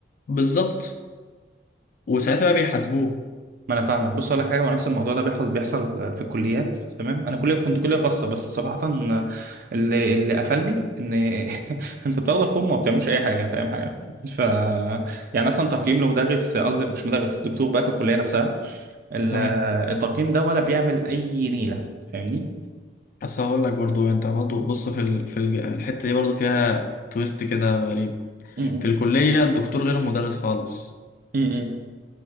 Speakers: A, on the left; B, on the right.
A: بالظبط وساعتها بقى بيحاسبوه
B: ما انا فاهمك بص اقول لك حاجه هو نفس الموضوع ده بيحصل بيحصل في الكليات تمام انا كليه كنت كليه خاصه بس صراحه اللي اللي قفلني ان <laughs> انت بتاخد الفورم وما بتعملوش اي حاجه فاهم حاجه ف يعني اصلا تقييم لمدرس قصدي مش مدرس دكتور بقى في الكليه نفسها ال-
A: تمام
B: التقييم ده ولا بيعمل اي نيله فاهمني
A: بس هقول لك برضو انت برضو بص في ال... في الج- الحته دي برضو فيها تويست كده غريب
B: م- م-
A: في الكليه الدكتور غير المدرس خالص
B: م- م.